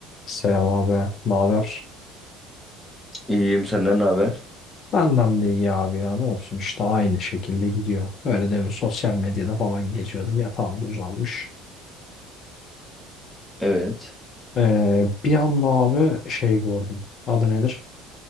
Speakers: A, on the left; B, in the centre.
A: Selam abi. Ne haber?
B: İyiyim senden ne haber?
A: Benden de iyi abi ya. Ne olsun işte aynı şekilde gidiyor. Öyle demin sosyal medyada falan geziyordum. Yatağımda uzanmış.
B: Evet.
A: Ee, bir anda abi şey gördüm. Adı nedir?